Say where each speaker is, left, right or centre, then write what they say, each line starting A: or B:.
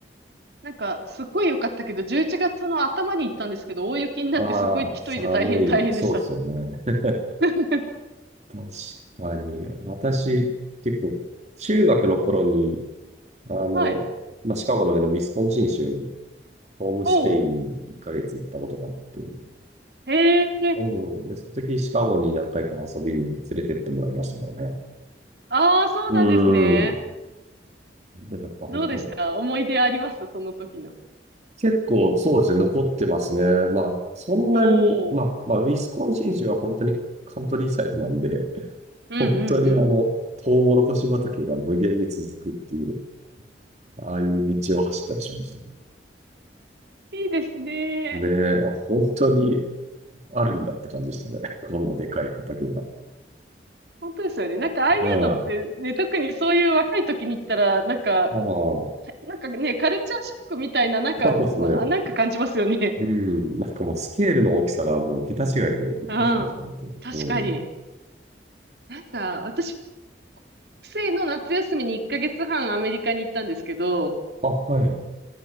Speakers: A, on the right; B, on the right.
A: なんかすっごい良かったけど、11月の頭に行ったんですけど、大雪になってすごい一人で大変大変でした。
B: ああ、寒い。そうですよね。<laughs>
A: <laughs>
B: 確かに。私、結構、中学の頃に、あの、
A: はい。
B: まあ、シカゴの上のウィスコンシン州に、ホームステイに1ヶ月行ったことがあって、
A: おう。へえ。
B: うん。で、その時シカゴに何回か遊びに連れてってもらいましたけどね。
A: ああ、そうなんですね。
B: うん。でもやっぱ本当、
A: どうでした思い出ありますその時の。
B: 結構そうですね、残ってますね。まあ、そんなに、
A: おー。
B: まあ、まあ、ウィスコンシン州は本当にカントリーサイドなんで、
A: うんうんうん。
B: 本当にあの、トウモロコシ畑が無限に続くっていう、ああいう道を走ったりしましたね。
A: いいですね。
B: ねえ、本当にあるんだって感じでしたね。<laughs> こんなでかい畑が。
A: 本当ですよね。なんかああいうのってね、
B: うんああ、
A: 特にそういう若い時に行ったら、なんか、
B: そ
A: なんかね、カルチャーショックみたいな、なんか、
B: うですね。
A: わなんか感じますよね。
B: うん。なんかもうスケールの大きさがもう桁違いでびっくりしました、
A: うん。
B: 本当。
A: 確かに。
B: うん。
A: なんか、私、学生の夏休みに1ヶ月半アメリカに行ったんですけど、
B: あ、はい。